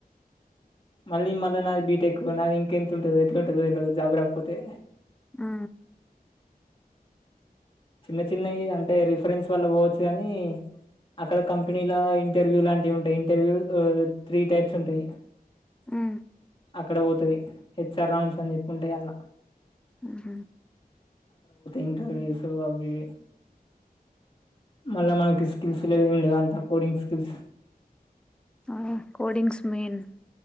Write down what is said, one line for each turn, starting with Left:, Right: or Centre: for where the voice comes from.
Left: మళ్ళీ మళ్ళానాది బీటెక్కు నదీ ఇంకెంతుంటదో ఎట్లుంటదో ఎల్వద్ జాబు రాకపోతే
Centre: ఆ
Left: చిన్న చిన్నయ్ అంటే రిఫ్రెన్స్ వల్ల ఓవోచ్చు గనీ అక్కడ కంపెనీలా ఇంటర్వ్యూ లాంటియుంటయ్ ఇంటర్వ్యూ త్రీ టైప్స్ ఉంటయ్
Centre: మ్
Left: అక్కడ వోతై హెచ్ఆర్ రౌండ్స్ అన్ జెప్పి ఉంటయ్ అల్లా
Centre: అహ
Left: ఇంటర్వ్యూస్ అవ్వీవ్వి మళ్ళా మక్ స్కిల్స్ లెవ్ ఎం లేవ్ అంతా పోడింగ్ స్కిల్స్
Centre: ఆ కోడింగ్స్ మెయిన్